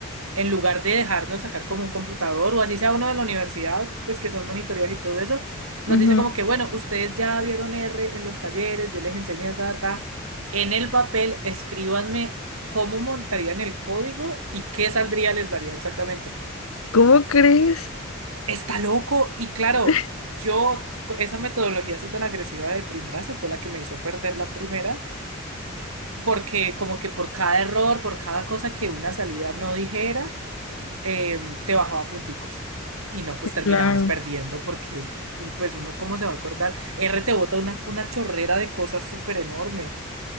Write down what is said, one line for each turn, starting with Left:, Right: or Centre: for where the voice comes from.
Right: en lugar de dejarnos sacar como un computador o así sea uno de la universidad, pues que son monitoreos y todo eso, nos
Left: Ujú.
Right: dice como que, bueno, ustedes ya vieron R en los talleres, yo les enseñé data, en el papel escríbanme cómo montarían el código y qué saldría les daría exactamente.
Left: ¿Cómo crees?
Right: Está loco y claro,
Left: <laughs>
Right: yo co- esa metodología así tan agresiva de primerazo fue la que me hizo perder la primera, porque como que por cada error, por cada cosa que una salida no dijera, em, te bajaba punticos. Y no, pues terminabas
Left: Claro.
Right: perdiendo porque, pues uno, ¿cómo se va a acordar? R te bota una, una chorrera de cosas súper enorme,